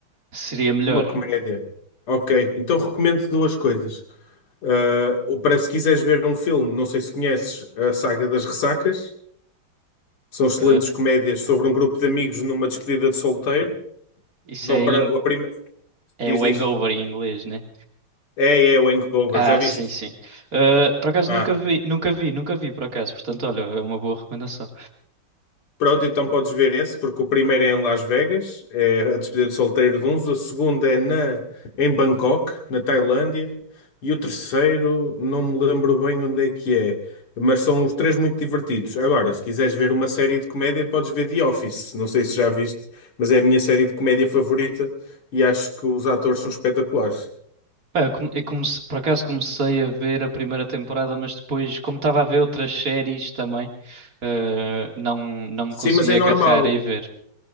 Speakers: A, on the right (about 40°); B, on the left (about 85°).
A: seria melhor.
B: Uma comédia. Ok, então recomendo duas coisas. Ah, o- para se quiseres ver um filme, não sei se conheces a saga das Ressacas. São excelentes
A: Eh,
B: comédias sobre um grupo de amigos numa despedida de solteiro.
A: isso
B: Vão
A: é,
B: para
A: em,
B: a primeira.
A: é
B: Diz,
A: o
B: diz.
A: Hangover em inglês, né?
B: É, é o Hangover,
A: Ah,
B: já viste?
A: sim, sim. Ah, por acaso
B: ah
A: nunca vi, nunca vi, nunca vi, por acaso. Portanto, olha, é uma boa recomendação.
B: Pronto, então podes ver esse, porque o primeiro é em Las Vegas, é a despedida de solteiro de uns, o segundo é na, em Bangkok, na Tailândia, e o terceiro não me lembro bem onde é que é, mas são os três muito divertidos. Agora, se quiseres ver uma série de comédia, podes ver The Office, não sei se já viste, mas é a minha série de comédia favorita e acho que os atores são espetaculares.
A: Pá, eu, come- eu comece- por acaso comecei a ver a primeira temporada, mas depois, como estava a ver outras séries também, ah, não, não me
B: Sim,
A: consegui
B: mas é
A: agarrar
B: normal,
A: e ver.